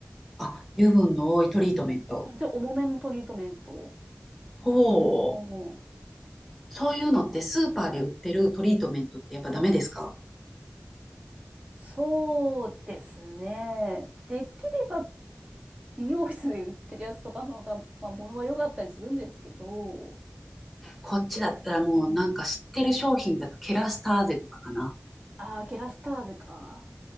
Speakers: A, in the centre; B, on the right.
A: あ、油分の多いトリートメント。
B: ちょっと重めのトリートメントを。
A: ほう。
B: うん
A: そういうのってスーパーで売ってるトリートメントってやっぱダメですか
B: そうですね。できれば美容室で売ってるやつとかの方が、まあ、物は良かったりするんですけど、
A: こっちだったらもうなんか知ってる商品だとケラスターゼとかかな。
B: うん。ああ、ケラスターゼか。